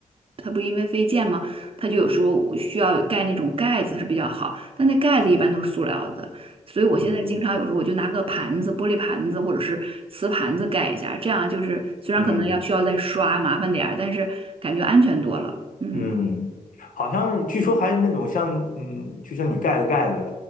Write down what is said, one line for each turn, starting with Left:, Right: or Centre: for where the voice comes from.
Right: 它不因为飞溅吗？它就有时候需要盖那种盖子是比较好，但那盖子一般都是塑料的，所以我现在经常有时候我就拿个盘子，
Left: 嗯
Right: 玻璃盘子或者是瓷盘子盖一下，这样就是虽然可能要需要再刷，
Left: 嗯。
Right: 麻烦点儿，但是感觉安全多了。嗯，
Left: 嗯，好像据说还有那种像，嗯，就像你盖个盖子，